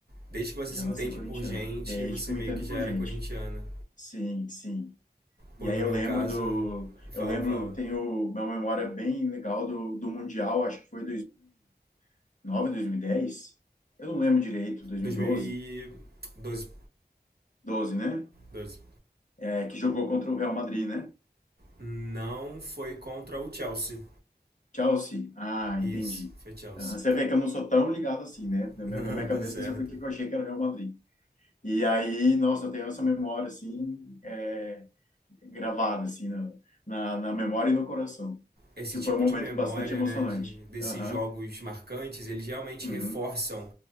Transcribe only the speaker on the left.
Já
nasci
corintiano,
desde
que eu
entendo
por
gente.
Sim, sim.
E aí
eu
lembro
do,
eu lembro,
tenho uma memória bem legal do, do Mundial, acho que foi 2009, dez. Eu não lembro direito, dois
mil e doze, doze, né?
é, que jogou contra o Real Madrid, né?
Chelsea. Ah,
entendi.
Aham, Você vê que eu não sou tão ligado assim, né?
Na minha
na minha
cabeça,
não sei por que que eu achei que era o Real Madrid. E aí, nossa, eu tenho essa memória, assim, é, gravada, assim, na, na, na memória e no coração.
Que
foi um momento
bastante emocionante.
Aham,
uhum,